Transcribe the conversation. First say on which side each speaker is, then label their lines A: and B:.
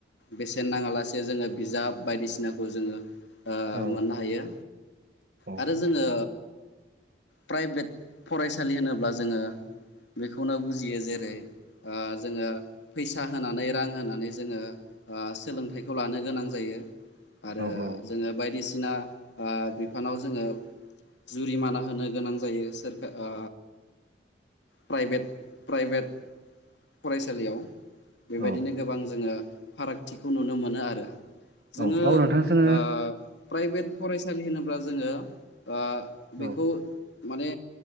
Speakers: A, on the left (about 85°); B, on the right (about 55°).
A: बेसेन नाङालासे जोङो बिजाब बायदिसिनाखौ जोङो ओ‌
B: औ
A: मोननो हायो
B: औ
A: आरो जोङो प्राइभेट फरायसालि होनोब्ला जोङो बेखौनो बुजियो जेरै ओ जोङो फै सा होनानै रां होनानै जोङो ओ सोलोंथाइखौ लानो गोनां जायो। आरो
B: औ औ।।
A: जोङो बायदिसिना ओ बिफानाव जोङो जुरिमाना होनो गोनां जायो सोरका ओ प्राइभेट प्राइभेट फरायसालियाव बेबायदिनो
B: औ
A: गोबां जोङो फारागथिखौ नुनो मोनो आरो जोङो
B: औ औ नोंथां जों
A: ओ प्राइभेट फरायसालि होनोब्ला जोङो ओ बेखौ
B: औ
A: माने